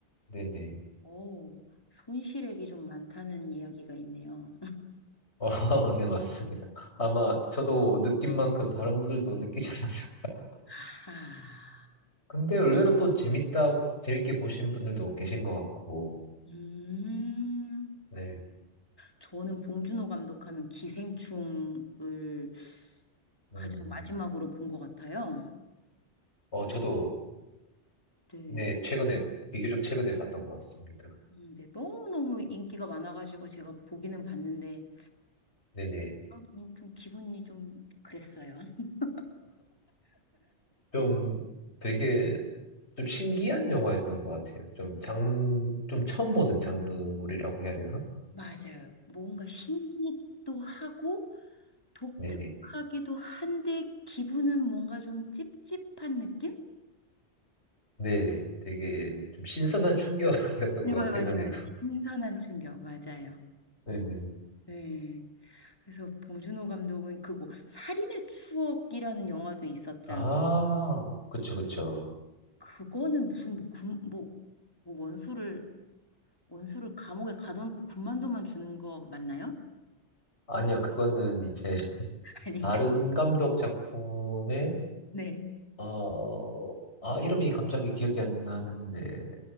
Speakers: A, on the left; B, on the left.
A: 네네.
B: 오, 손실액이 좀 많다는 이야기가 있네요.
A: 아, <laughs> 네, 맞습니다. 아마 저도 느낀 만큼 다른 분들도 느끼지 않았을까.
B: 아하.
A: 근데 의외로 또 재밌다, 재밌게 보신 분들도 계신 것 같고,
B: 음,
A: 네.
B: 저는 봉준호 감독하면 기생충을
A: 음,
B: 가장 마지막으로 본 것 같아요.
A: 어, 저도,
B: 네.
A: 네, 최근에, 비교적 최근에 봤던 것 같습니다.
B: 음, 네, 너무너무 인기가 많아가지고 제가 보기는 봤는데
A: 네네.
B: 아, 그냥 좀 기분이 좀 그랬어요. <laughs>
A: 좀 되게 좀 신기한 영화였던 것 같아요. 좀 장, 좀 처음 보는 장르물이라고 해야 되나?
B: 맞아요. 뭔가 신기도 하고 독특하기도
A: 네네.
B: 한데 기분은 뭔가 좀 찝찝한 느낌?
A: 네, 되게 좀 신선한 충격이었던
B: 네,
A: 것
B: 맞아요,
A: 같긴
B: 맞아요,
A: 하네요.
B: 맞아요.
A: <laughs>
B: 신선한 충격, 맞아요.
A: 네네.
B: 네. 그래서 봉준호 감독은 그뭐 살인의 추억이라는 영화도 있었잖아.
A: 아, 그쵸, 그쵸.
B: 그거는 무슨 뭐, 군, 뭐, 뭐 원수를 원수를 감옥에 가둬놓고 군만두만 주는 거 맞나요?
A: 아니요, 그거는 이제 <laughs>
B: <laughs> 아닌가?
A: 다른 감독 작품의,
B: 네.
A: 어, 아, 이름이 갑자기 기억이 안 나는데,